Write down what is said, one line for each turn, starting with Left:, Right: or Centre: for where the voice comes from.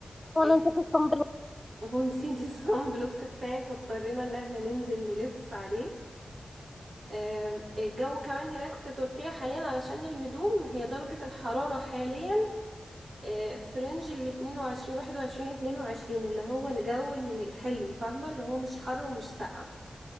Left: وانا
Right: آه،
Left: نسيت الصنبل
Right: <laughs> ونسيت الصن بلوك بتاعك واضطرينا ان احنا ننزل نلف عليه آه، الجو كمان هناك في تركيا حاليا علشان الهدوم هي درجة الحرارة حاليا آه، في رينج ال 22 21 22 اللي هو الجو الحلو فاهمة اللي هو مش حر ومش ساقع